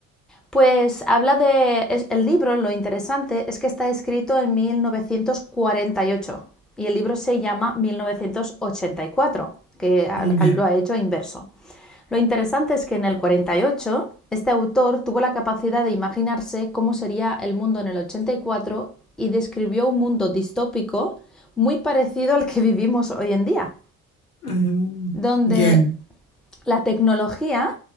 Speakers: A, in the centre; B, on the left.
A: Pues habla de... es- el libro, lo interesante es que está escrito en 1948 y ocho y el libro se llama 1984, que al- al-
B: Ya.
A: lo ha hecho inverso. Lo interesante es que en el 48 este autor tuvo la capacidad de imaginarse cómo sería el mundo en el 84 y cuatro y describió un mundo distópico muy parecido al que vivimos hoy en día
B: Mm,
A: donde
B: ya.
A: la tecnología